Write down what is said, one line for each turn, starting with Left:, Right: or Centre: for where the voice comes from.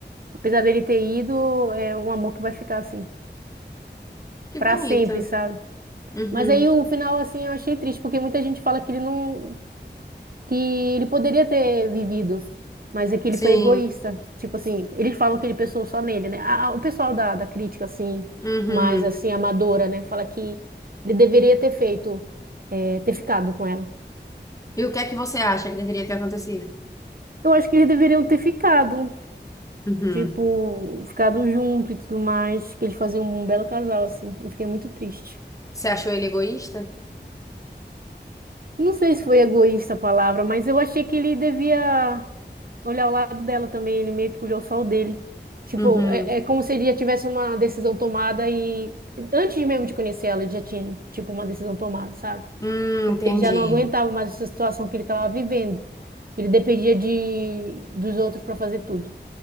Right: Apesar dele ter ido, é um amor que vai ficar assim,
Left: Que
Right: pra
Left: bonita.
Right: sempre, sabe?
Left: Uhum.
Right: Mas aí o final, assim, eu achei triste, porque muita gente fala que ele não que ele poderia ter vivido, mas é que ele
Left: Sim.
Right: foi egoísta. Tipo assim, eles falam que ele pensou só nele, né? Ah, o pessoal da, da crítica, assim,
Left: Uhum.
Right: mais assim, amadora, né? Fala que ele deveria ter feito, eh, ter ficado com ela.
Left: E o que é que você acha que deveria ter acontecido?
Right: Eu acho que eles deveriam ter ficado,
Left: Uhum.
Right: tipo, ficado junto e tudo mais, que eles faziam um belo casal, assim. Eu fiquei muito triste.
Left: Você achou ele egoísta?
Right: Não sei se foi egoísta a palavra, mas eu achei que ele devia olhar o lado dela também. Ele meio que olhou só o dele. Tipo,
Left: Uhum.
Right: é, é como se ele já tivesse uma decisão tomada e antes mesmo de conhecer ela, ele já tinha, tipo, uma decisão tomada, sabe?
Left: Hum, entendi.
Right: Ele já não aguentava mais essa situação que ele estava vivendo. Ele dependia de dos outros para fazer tudo,